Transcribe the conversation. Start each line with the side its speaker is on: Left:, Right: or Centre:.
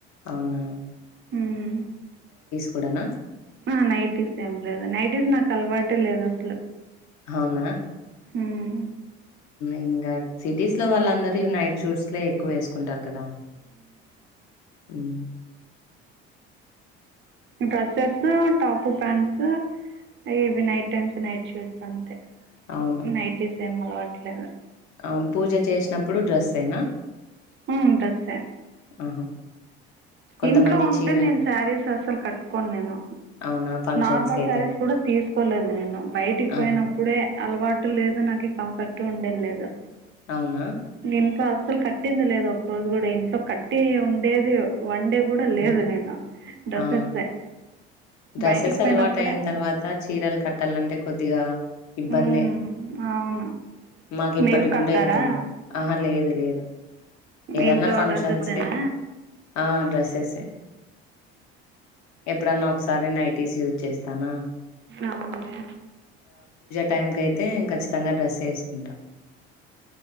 Left: అవునా
Right: ఉమ్మ్
Left: కుడనా
Right: ఆ నైటీస్ ఏం లేదు నైటీస్ నాకు అలవాటే లేదు అసలు
Left: అవునా
Right: ఉమ్మ్
Left: ఇంగా సిటీస్లో వాళ్ళందరు ఇవి నైట్ షూట్స్లే ఎక్కువ ఏసుకుంటారు కదా ఉమ్మ్
Right: డ్రెస్సెస్ టాపు ప్యాంట్స్ ఇవి నైట్ టైమ్స్ నైట్ షూట్స్ అంతే
Left: అవును
Right: నైటీస్ ఏం అలవాట్లేదు
Left: ఆ పూజ చేసినప్పుడు డ్రెస్సేనా
Right: ఉమ్మ్ డ్రెస్సే
Left: ఆహా కొంతమంది
Right: ఇంట్లో ఉంటే
Left: చీర
Right: నేను శారీస్ అసలు కట్టుకోను నేను
Left: అవునా ఫంక్షన్స్
Right: నార్మల్
Left: కి అయితేనే
Right: శారీస్ కూడా తీసుకోలేదు నేను బయటికి పోయినప్పుడే
Left: ఆహా
Right: అలవాటు లేదు నాకు కంఫర్ట్ ఉండేలేదు
Left: అవునా
Right: ఇంక అసలు కట్టింది లేదు ఒకరోజు కూడా ఇంట్లో కట్టి ఉండేది వన్ డే కూడా లేదు
Left: హ్మ్.
Right: నేను డ్రెస్సెస్సే
Left: ఆ డ్రెస్సెస్
Right: బయటికి పోయినప్పుడే
Left: అలవాటు అయిన తర్వాత చీరలు కట్టాలంటే కొద్దిగా ఇబ్బందే
Right: ఉమ్, అవును
Left: మాకు ఇప్పటికి
Right: మీరు కడతారా
Left: కూడా ఇబ్బందే ఆహ లేదు ఏదన్నా
Right: ఇంట్లో
Left: ఫంక్షన్స్‌కే
Right: డ్రెస్సెసేనా
Left: ఆ డ్రెస్సెస్సే ఎప్పుడన్నా ఒకసారి నైటీస్ యూజ్ చేస్తానా
Right: అవునులే
Left: టైమ్ కయితే కచ్చితంగా డ్రస్సే ఏసుకుంటాం